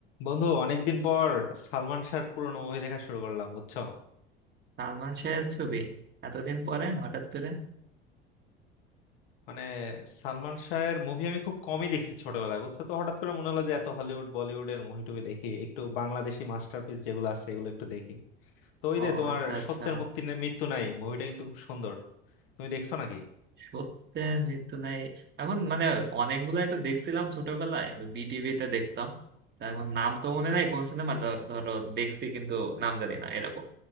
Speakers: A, on the left (about 60°); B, on the right (about 35°).
A: বন্ধু অনেকদিন পর সালমান শাহর পুরোনো মুভি দেখা শুরু করলাম বুঝছো
B: সালমান শাহের ছবি এতদিন পরে হঠাৎ করে
A: মানে সালমান শাহের মুভি আমি খুব কমই দেখছি ছোটবেলায় বুঝছো তো হঠাৎ করে মনে হলো যে এত হলিউড বলিউডের মুভি টুবি দেখি একটু বাংলাদেশি মাস্টারপিস যেগুলো আছে এগুলো একটু দেখি তো ওই
B: ও
A: যে তোমার
B: আচ্ছা আচ্ছা
A: সত্যের মূর্তি নে- মৃত্যু নাই মুভিটা কিন্তু খুব সুন্দর তুমি দেখছো নাকি
B: সত্যে মৃত্যু নাই এখন মানে অনেকগুলাই তো দেখছিলাম ছোটবেলায় ওই বিটিভিতে দেখতাম তা এখন নাম তো মনে নাই কোন সিনেমা ধরো দেখছি কিন্তু নাম জানি না এরকম